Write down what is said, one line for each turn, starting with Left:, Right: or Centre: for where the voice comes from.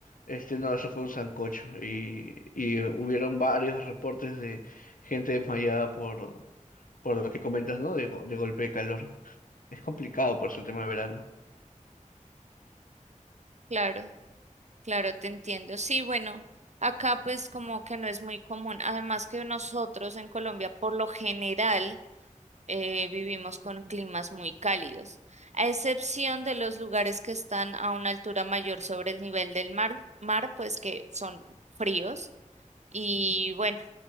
Left: este, no, eso fue un sancocho, y, y hubieron varios reportes de gente desmayada por, por lo que comentas, ¿no? De, go- de golpe de calor. Es complicado por eso el tema de verano.
Right: claro, claro, te entiendo. Sí, bueno, acá pues como que no es muy común. Además que nosotros en Colombia por lo general eh, vivimos con climas muy cálidos, a excepción de los lugares que están a una altura mayor sobre el nivel del mar, mar pues que son fríos y bueno,